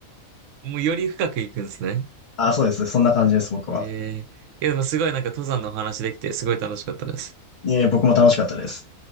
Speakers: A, on the right; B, on the left.
A: もうより深くいくんですね。
B: あ、そうです。そんな感じです、僕は。
A: ええいやでもすごいなんか登山のお話できてすごい楽しかったです。
B: いえ、僕も楽しかったです。